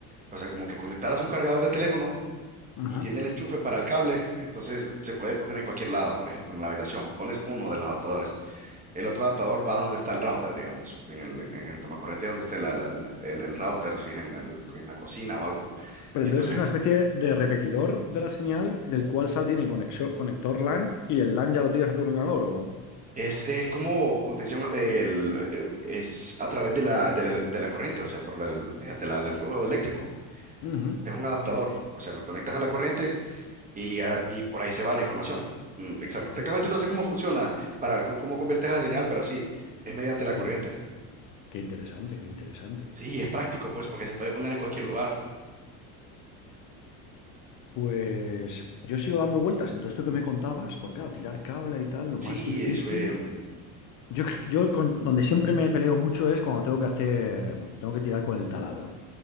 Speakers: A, on the right; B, on the left.
A: O sea, como que conectaras un cargador de teléfono
B: ajá
A: y tiene el enchufe para el cable, entonces se puede poner en cualquier lado, por ejemplo, en la habitación. Pones uno de los adaptadores. El otro adaptador va donde está el router, digamos, en el, en el tomacorriente donde esté la- la- la- el, el router, si es en, el- en la cocina o algo.
B: Pero
A: Y
B: entonces
A: entonces
B: es una especie de repetidor de la señal del cual sal tiene conexo- conector LAN y el LAN ya lo tiras a tu ordenador o...
A: Es, es como, como te decía, el, el- es a través de la, de la, de la corriente, o sea, por la, la- mediante la- el flujo eléctrico.
B: Ujú.
A: Es un adaptador, o sea, lo conectas a la corriente y, ah, y por ahí se va la información. Mm, exa-
B: No,
A: Exactamente, no sé cómo funciona, para cómo, cómo conviertes esa señal, pero sí, es mediante la
B: qué,
A: corriente.
B: inte- qué interesante, qué interesante.
A: Sí, es práctico, pues, porque se puede poner en cualquier lugar.
B: Pues yo sigo dando vueltas en todo esto que me contabas, porque claro, tirar cable y tal, lo
A: Sí,
B: más difícil.
A: eso, em,
B: Yo, yo con- donde siempre me peleo mucho es cuando tengo que hacer, tengo que tirar con el taladro.